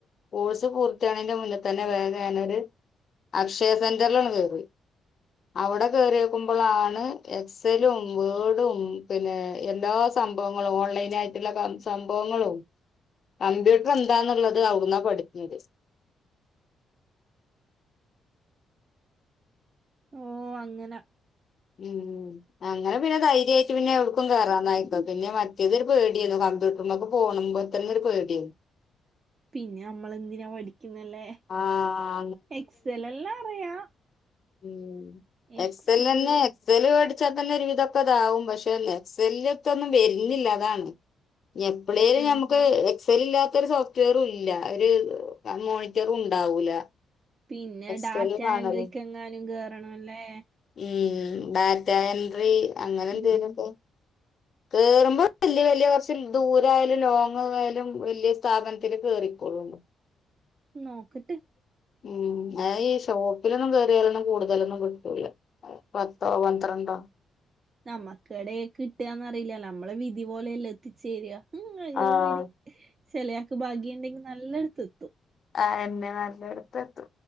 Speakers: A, on the left; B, on the right.
A: കോഴ്സ് പൂർത്തിയാണന്റെ മുന്നിൽ തന്നെ വേ ഞാനൊരു അക്ഷയ സെന്ററിലാണ് കേറിയത്. അവിടെ കേറിയേക്കുമ്പോഴാണ് എക്സലും വേടും പിന്നെ എല്ലാ സംഭവങ്ങളും ഓൺലൈനാ ആയിട്ടുള്ള കം സംഭവങ്ങളും കമ്പ്യൂട്ടർ എന്താന്നുള്ളത് ആകുന്നാ പഠിക്കുന്നത്
B: ഓ അങ്ങനെ
A: ഉം അങ്ങനെ പിന്നെ ധൈര്യമായിട്ട് പിന്നെ എവിടക്കും കേയറന്നായിട്ട പിന്നെ മ തൊരു പേടിയന്ന കമ്പ്യൂട്ടറിിലൊക്കെ പോണുമ്പോ തന്നെ ഒരു പേടിയരുന്നു
B: പിന്നെ നമ്മള എന്തിനാ പഠിക്കുന്നല്ലേ
A: ആഹ്
B: എക്സൽ എല്ലാം അറിയാം
A: ഉ
B: എക്സൽ
A: എക്സ എൽ തന്നെ എക്സല്പടി ച്ചാൽ തന്നെ ഒരു ഇതൊക്കെ ഇതാാവും പക്ഷെ നെക്സല്ല ഒത്തൊന്നും വരുന്നില്ല അതാണ് എഞപ്പിളിയില്
B: ഉം
A: നമുക്ക് സെൽ ഇല്ലാത്തരു സോഫ്റ്റ്വെയറും ഇല്ല ഒരു മോണിറ്ററ ഉണ്ടാവൂല
B: പിന്നെ
A: എക്സല്
B: ഡാറ്റ
A: കാണല്
B: എ ൻഡ്രിക്ക് എങ്ങാനും കേറണ അല്ലേ
A: ഉം ഡാറ്റ എൻട്രി അങ്ങനെ എന്തേലുമൊക്കെ
B: ഉം
A: കേറൂ അ വലിയ വലിയ കുറച്ച ദൂരായാലും ലോങ്ങയാലും വലിയ സ്ഥാപനത്തില് കേയറിക്കൊള്ളണ്ട്
B: നോക്കിട്ട്
A: ഉം ഈ ഷോപ്പിലൊന്നും കയറിയാലും കൂടുതലൊന്നും കിട്ടൂല പത്തോ പന്ത്രണ്ടോ
B: നമ്മക്കിടെ കിട്ടുകന്ന്റിയില്ല നമ്മളെ വിധി പോലെയ എല്ലാം എത്തിച്ചേരുക ഉ കഴക
A: ആഹ്
B: പേടി ചെിലയാക്ക് ഭാഗ്യുണ്ടെങ്കിൽ നല്ലടുത്ത് എത്തും
A: ആ എന്നെ നല്ലയിടത്ത് എത്ത